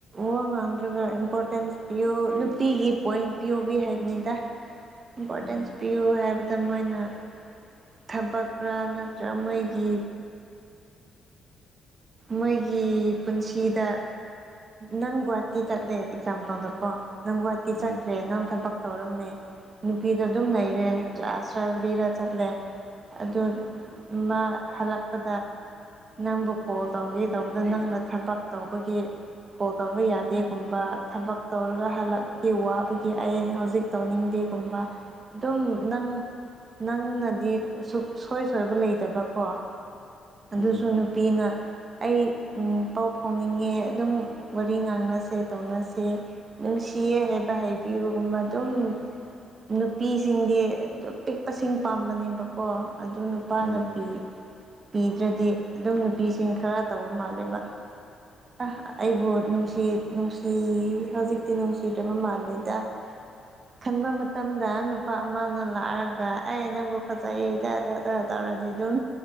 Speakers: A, on the right; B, on the left.
A: ꯋꯥ ꯉꯥꯡꯗ꯭ꯔꯒ ꯏꯝꯄꯣꯔꯇꯦꯟꯁ ꯄꯤꯌꯣ ꯅꯨꯄꯤꯒꯤ ꯄꯣꯏꯟ ꯄꯤ ꯑꯣꯕꯤ ꯍꯥꯏꯕꯅꯤꯗ ꯏꯝꯄꯣꯔꯇꯦꯟꯁ
B: ꯎꯝ
A: ꯄꯤꯌꯨ ꯍꯥꯏꯕꯗ ꯃꯣꯏꯅ ꯊꯕꯛꯀꯔ ꯅꯠꯇ꯭ꯔꯒ ꯃꯣꯏꯒꯤ ꯃꯣꯏꯒꯤ ꯄꯨꯟꯁꯤꯗ ꯅꯪ ꯒꯨꯍꯥꯇꯤ ꯆꯠꯂꯦ ꯑꯦꯛꯖꯥꯝꯄꯜꯗ ꯀꯣ ꯅꯪ ꯒꯋꯥꯇꯤ
B: ꯎꯝ
A: ꯆꯠꯈ꯭ꯔꯦ ꯅꯪ ꯊꯕꯛ꯫ ꯇꯧꯔꯝꯃꯦ ꯅꯨꯄꯤꯗꯣ ꯑꯗꯨꯝ ꯂꯩꯔꯦ ꯀ꯭ꯂꯥꯁ <unintelligible> ꯆꯠꯂꯦ꯫ ꯑꯗꯣ ꯃꯥ ꯍꯜꯂꯛꯄꯗ ꯅꯪꯕꯨ꯫ ꯀꯣꯜ ꯇꯧꯒꯦ ꯇꯧꯕꯗ ꯅꯪꯅ ꯊꯕꯛ ꯇꯧꯕꯒꯤ꯫ ꯀꯣꯜ ꯇꯧꯕ ꯌꯥꯗꯦꯒꯨꯝꯕ ꯊꯕꯛ ꯇꯧꯔꯒ ꯍꯜꯂꯛꯄꯒꯤ ꯋꯥꯕꯒꯤ ꯑꯩ ꯍꯧꯖꯤꯛ꯫ ꯇꯧꯅꯤꯡꯗꯦꯒꯨꯝꯕ ꯑꯗꯨꯝ ꯅꯪ꯫ ꯅꯪꯅꯗꯤ ꯁꯨꯛꯁꯣꯏ ꯁꯣꯏꯕ ꯂꯩꯇꯕꯀꯣ ꯑꯗꯨꯁꯨ
B: ꯎꯝ
A: ꯅꯨꯄꯤꯅ꯫ ꯑꯩ ꯄꯥꯎ ꯐꯥꯎꯅꯤꯡꯉꯦ ꯑꯗꯨꯝ ꯋꯥꯔꯤ ꯉꯥꯡꯅꯁꯦ ꯇꯧꯅꯁꯦ꯫ ꯅꯨꯡꯁꯤꯌꯦ ꯍꯥꯏꯕ ꯍꯥꯏꯕꯤꯌꯨꯒꯨꯝꯕ ꯑꯗꯨꯝ꯫ ꯅꯨꯄꯤꯁꯤꯡꯗꯤ ꯑꯗꯨ ꯄꯤꯛꯄꯁꯤꯡ ꯄꯥꯝꯕꯅꯦꯕꯀꯣ ꯑꯗꯨ ꯅꯨꯄꯥ
B: ꯎꯝ
A: ꯅꯨꯄꯤ꯫ ꯄꯤꯗ꯭ꯔꯗꯤ ꯑꯗꯨꯝ ꯅꯨꯄꯤꯁꯤꯡ ꯈꯔ ꯇꯧꯕ ꯃꯥꯜꯂꯦꯕ꯫ ꯑ ꯑꯩꯕꯨ ꯅꯨꯡꯁꯤ ꯅꯨꯡꯁꯤ ꯍꯧꯖꯤꯛꯇꯤ ꯅꯨꯡꯁꯤꯗ꯭ꯔꯕ ꯃꯥꯜꯂꯦꯗ꯫
B: <inaudible>
A: ꯈꯟꯕ ꯃꯇꯝꯗ ꯅꯨꯄꯥ ꯑꯃꯅ ꯂꯥꯛꯑꯒ ꯑꯩ ꯅꯪꯕꯨ ꯐꯖꯩꯗꯗ꯫ ꯗ ꯇꯧꯔꯗꯤ ꯑꯗꯨꯝ